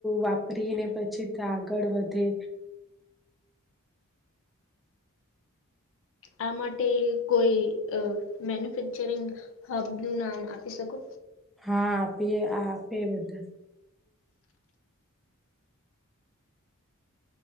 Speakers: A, in the centre; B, on the left.
A: વાપરી ને પછી આગળ વધે
B: આ માટે કોઈ મેન્યુફેક્ચરિંગ હબ નું નામ આપી શકો.
A: હા આપીએ આ આપે બધા